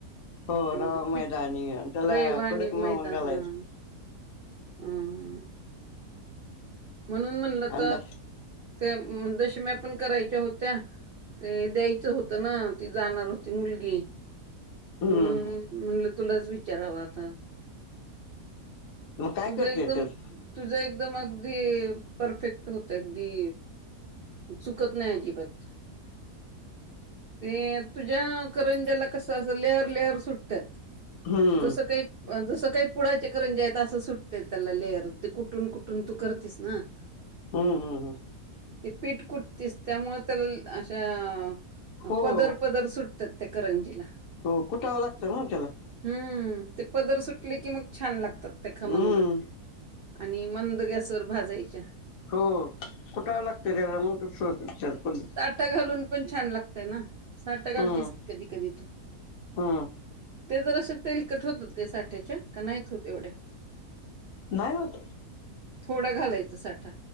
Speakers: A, on the left; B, on the right.
A: हो रवा
B: ह
A: मैदानी
B: पिठ
A: त्याला
B: रेवा
A: कडक
B: आणी
A: मोहन
B: मैदा
A: घालायचं
B: हां. अं हं. म्हणून म्हणलं
A: अंदाज
B: त ते दशम्या पण करायच्या होत्या ते द्यायचं होतं ना ती जाणार होती मुलगी.
A: हम्म
B: म्हणून म्हटलं तुलाच विचारावं आता.
A: मग काय
B: तुझं
A: करते
B: एकदम
A: त्यात
B: तुझं एकदम अगदी परफेक्ट होतय अगदी चुकत नाही अजिबात. ते तुझ्या करंज्याला कस अस लेअर लेअर सुटत्यात,
A: हम्म
B: जसं काही जसं काही पुळाचे करंज्या आहेत असं सुटत्यात त्याला लेअर ते कुठून कुठून तू करतीस ना. <inaudible>
A: हम हम हम.
B: ते पीठ कुटतीस त्यामुळे त्याला अशा
A: हो
B: पदर पदर सुट त्यात त्या करंजीला.
A: हो कुठावं लागतं ना त्याला.
B: हम्म ते पदर सुटले की मग छान लागतात त्या खमंग.
A: हम्म
B: आणि मंद गॅसवर भाजायच्या.
A: हो कुठाव लागत त्याला म तस होत <unintelligible>
B: साटा घालून पण छान लागतय ना साटा घालतेस
A: हम्म
B: की कधी कधी तू.
A: हम्म
B: ते जरास तेलकट होतात का साठ्याच्या? का नाहीत होते येवढ्या?
A: नाही होत
B: थोडं घालायचं साठा.